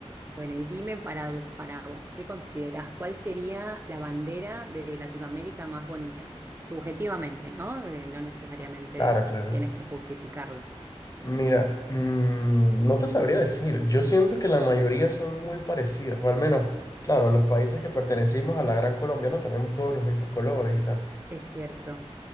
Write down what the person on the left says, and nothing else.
Claro, claro.
Mira, mm, no te sabría decir. Yo siento que la mayoría son muy parecidas, o al menos, claro, los países que pertenecimos a la Gran Colombia no tenemos todos los mismos colores y tal.